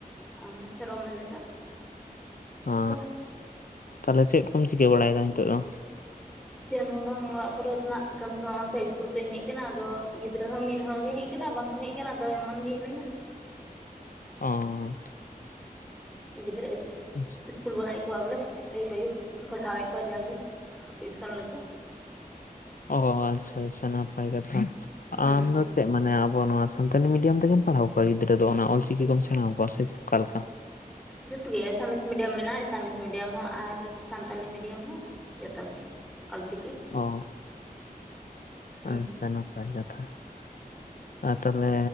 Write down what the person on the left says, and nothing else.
ᱚ
ᱛᱟᱦᱞᱮ ᱪᱮᱫ ᱠᱚᱢ ᱪᱤᱠᱟᱹ ᱵᱟᱲᱟᱭᱫᱟ ᱱᱤᱛᱚᱜ ᱫᱚ?
ᱚᱸ
ᱟᱪᱪᱷᱟ
ᱚ ᱟᱪᱪᱷᱟ ᱪᱷᱟ ᱱᱟᱯᱟᱭ ᱠᱟᱛᱷᱟ ᱾
ᱟᱢ ᱫᱚ ᱪᱮᱫ ᱢᱟᱱᱮ ᱟᱵᱚ ᱱᱚᱣᱟ ᱥᱟᱱᱛᱟᱞᱤ ᱢᱤᱰᱤᱭᱟᱢ ᱛᱮᱜᱮᱢ ᱯᱟᱲᱦᱟᱣ ᱠᱚᱣᱟ ᱜᱤᱫᱽᱨᱟᱹ ᱫᱚ ᱚᱱᱟ ᱚᱞ ᱪᱤᱠᱤ ᱠᱚᱢ ᱥᱮᱬᱟ ᱠᱚᱣᱟ ᱥᱮ ᱚᱠᱟ ᱞᱮᱠᱟ?
ᱚ
ᱟᱪᱪᱷᱟ ᱱᱟᱯᱟᱭ ᱠᱟᱛᱷᱟ ᱾ ᱟᱨ ᱛᱟᱦᱞᱮ